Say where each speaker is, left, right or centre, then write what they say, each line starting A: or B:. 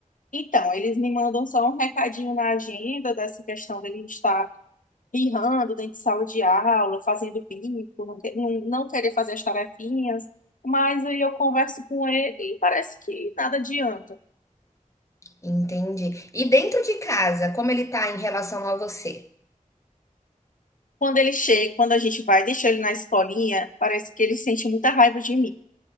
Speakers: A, on the left; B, on the left.
A: Então, eles me mandam só um recadinho na agenda dessa questão dele estar birrando dentro de sala de aula, fazendo bico, não, que- não não querer fazer as tarefinhas. Mas aí eu converso com ele e parece que nada adianta.
B: Entendi. E dentro de casa, como ele tá em relação a você?
A: Quando ele chega, quando a gente vai deixar ele na escolinha, parece que ele sente muita raiva de mim.